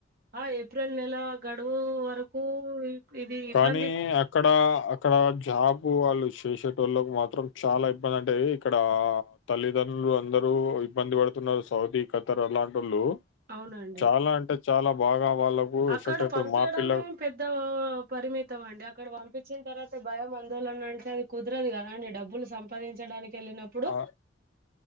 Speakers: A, on the right (about 50°); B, on the left (about 70°).
A: ఆ ఏ ఏప్రిల్ నెల గడువు వరకు ఇది ఇబ్బంది
B: కానీ అక్కడ ఆ క్కడ జాబు వాళ్ళు చేసేటోళ్ళకు మాత్రం చాలా ఇబ్బంది అంటే ఇక్కడా తల్లిదండ్రు లు అందరూ ఇబ్బంది పడుతున్నరు సౌదీ, ఖతర్ అలాంటోళ్ళు
A: అవునండి
B: చాలా అంటే చాలా బాగా వాళ్ళకు
A: అక్కడ
B: ఎఫెక్ట్ అవుతుంది.
A: పంపియ్యడమేం
B: మా పిల్ల
A: పెద్ద పరిమిత్ మొత్తం అండి అక్కడ పంపించిన్తవాత భయం ఆందోళన అంటే అది కుదరదు గద అండి డబ్బులు సం సంపాదించడానికెళ్ళినప్పుడు
B: ఆ